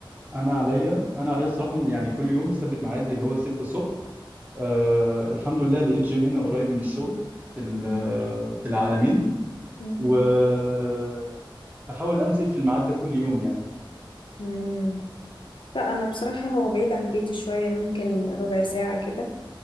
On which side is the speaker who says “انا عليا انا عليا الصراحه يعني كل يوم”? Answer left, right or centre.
Right